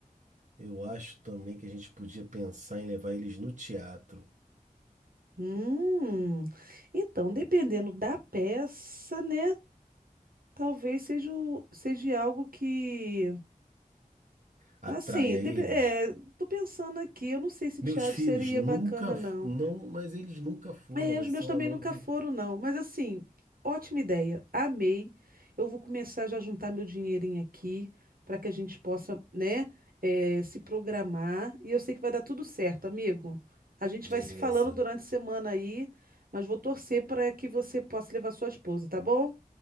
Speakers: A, on the right (about 55°); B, on the right (about 80°).
A: Eu acho também que a gente podia pensar em levar eles no teatro.
B: Hum, então, dependendo da peça, né? Talvez seja, o- seja algo que.
A: Atraia
B: Assim, depe-
A: eles.
B: é, tô pensando aqui, eu não sei se
A: Meus
B: teatro
A: filhos
B: seria
A: nunca,
B: bacana,
A: f-
B: não.
A: não, mas eles nunca foram.
B: É,
A: Vai
B: os meus
A: ser uma
B: também
A: novidade.
B: nunca foram, não. Mas assim, ótima ideia. Amei. Eu vou começar já a juntar meu dinheirinho aqui para que a gente possa, né, eh, se programar. E eu sei que vai dar tudo certo, amigo. A gente
A: Beleza.
B: vai se falando durante a semana aí, mas vou torcer para que você possa levar sua esposa, tá bom?